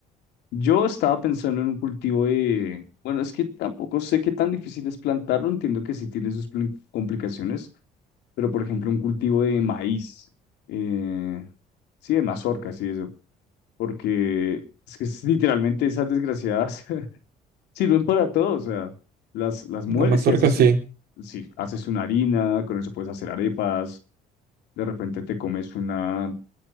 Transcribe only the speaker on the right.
La mazorca
sí.